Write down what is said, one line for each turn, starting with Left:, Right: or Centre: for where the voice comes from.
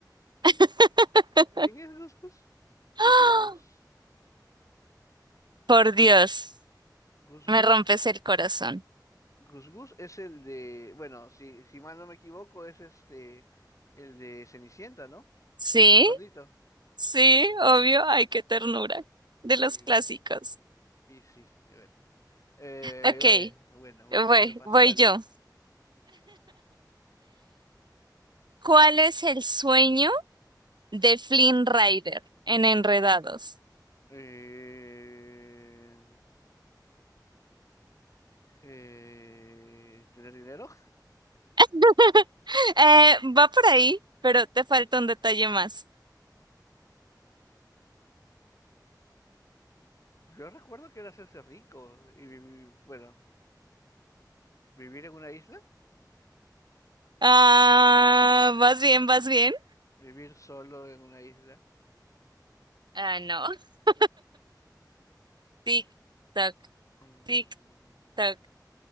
Left: ¿Quién,
Right: <laughs>
Left: quién es Gus Gus? Mickey
Right: <gasps>
Left: Mouse.
Right: Por Dios,
Left: Gus
Right: me
Left: Gus,
Right: rompes el corazón.
Left: Gus Gus es el de, bueno, si, si mal no me equivoco, es este, el de Cenicienta, ¿no?
Right: Sí,
Left: El, el gordito.
Right: sí, obvio. Ay, qué ternura. De los
Left: Y,
Right: clásicos.
Left: y sí, bueno. Eh,
Right: Ok,
Left: bueno, bueno, bueno,
Right: voy,
Left: te lo paso,
Right: voy
Left: dale.
Right: yo. ¿Cuál es el sueño de Flynn Rider en Enredados?
Left: Eh, eh, ¿tener dinero?
Right: <laughs> Eh, va por ahí, pero te falta un detalle más.
Left: Yo recuerdo que era hacerse rico y vivir, bueno, vivir en una isla,
Right: Ah, vas bien, vas bien.
Left: vivir solo en una isla.
Right: Ah, no. <laughs> Tic, tac,
Left: Mm,
Right: tic, tac,